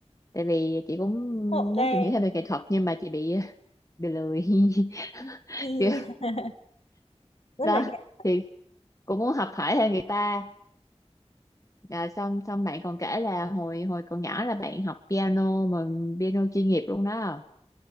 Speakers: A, on the left; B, on the left.
A: tại vì chị cũng
B: ngộ ghê
A: muốn tìm hiểu thêm về nghệ thuật nhưng mà chị bị bị lười <laughs>
B: <laughs>
A: kiểu
B: rất
A: đó
B: là nghệ thuật
A: thì cũng muốn học hỏi theo người ta à, xong xong bạn còn kể là hồi hồi còn nhỏ là bạn học piano mà piano chuyên nghiệp luôn đó